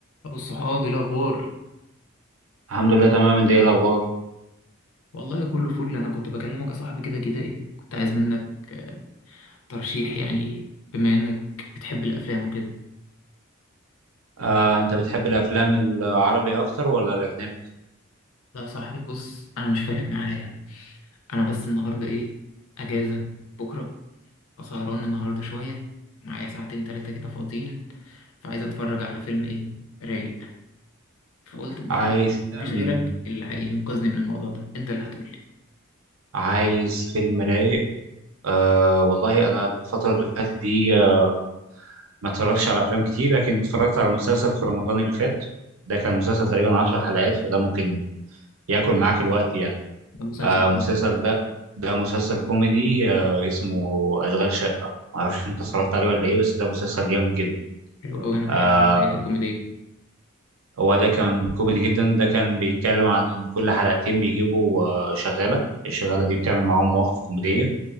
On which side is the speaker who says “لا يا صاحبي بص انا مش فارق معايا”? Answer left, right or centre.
Left